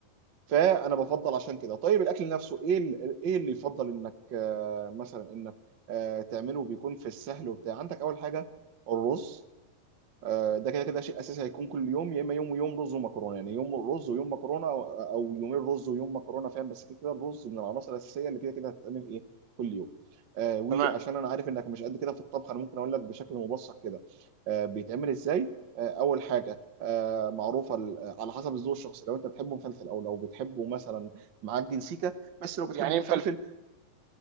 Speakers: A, on the right; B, on the right.
A: فانا بفضل عشان كده طيب الاكل نفسه ايه ال- ايه اللي يفضل انك آه مثلا انك آه تعمله بيكون في السهل وبتاع عندك اول حاجة الرز آه، ده كده كده شيء اساسي هيكون كل يوم يا اما يوم ويوم رز ومكرونه يعني يوم رز ويوم مكرونه او أو يومين رز ويوم مكرونه فاهم بس كده كده الرز من العناصر الاساسيه اللي كده كده هتتعمل ايه كل يوم آه وعشان
B: تمام
A: انا عارف انك مش قد كده في الطبخ انا ممكن اقول لك بشكل مبسط كده آه بيتعمل ازاي آه اول حاجه آه معروفه ال- آه، على حسب الذوق الشخصي لو انت بتحبه مفلفل او لو بتحبه مثلا معجن سيكه بس لو بتحبه
B: يعني إيه
A: مفلفل
B: مفلفل